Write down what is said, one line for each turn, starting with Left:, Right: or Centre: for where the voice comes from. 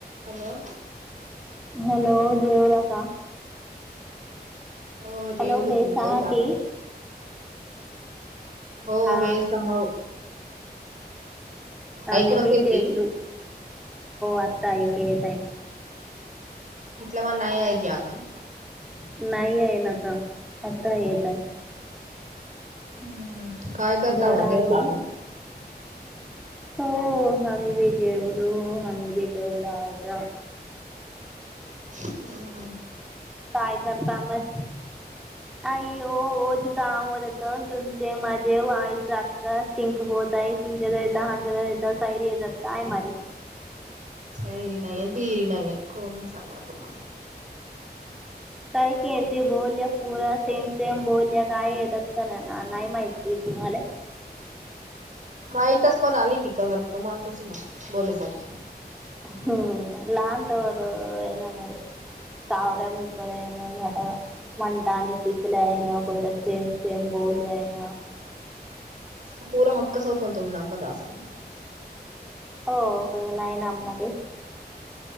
Right: Hello
Centre: hello बोला आता
Right: हो जेवलो
Centre: हॅलो बेस
Right: तुम्ही जेवला
Centre: की
Right: हो
Centre: हा
Right: बेस हो
Centre: आ
Right: ऐकून
Centre: मी पण
Right: असेल की
Centre: जेवले आता ई पेतय
Right: इट म नाहीय क्या क <unintelligible>
Centre: नाही आहे ना आता आताय येतय
Right: हम्म काय करता
Centre: जवडा
Right: मग जेवला
Centre: हखे <unintelligible>
Right: की
Centre: हो आम्ही बी जेवलो हम्म भी उडीदवडा होतो.
Right: हम्म
Centre: काय करता मग? आई हो ओजी का आमोल होत तुमचे माझे वायस सिंक होत आहे तुमच्या घडे येत हच्या घ येत सायरी येतात काय मारी
Right: सैरी नाही बिरी नाही कोण सांगा तुम्हाला?
Centre: काय की बोलया पुूर सेम सेम बोलल्या काय येतात का नाही माहिती तुम्हाला?
Right: माहीतच पण आली की कावरत तुमल तर सीमा बोलसाठी
Centre: हम्म लह तवरर ना म कावऱ्या मुटोर न भटा <unintelligible> मणटाने शिकलेयना को सेम सेम बोली आयना <unintelligible>
Right: प पुरा हक्स होत मण तुमही नम दासे <unintelligible>
Centre: हो तुम्ही नाही नामना त <unintelligible>